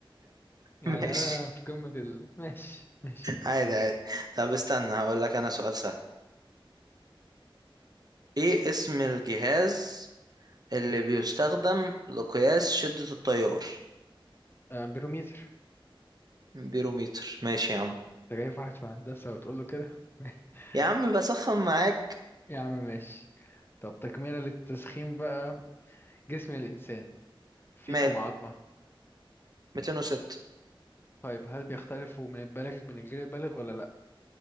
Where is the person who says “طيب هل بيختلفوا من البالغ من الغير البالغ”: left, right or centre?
Left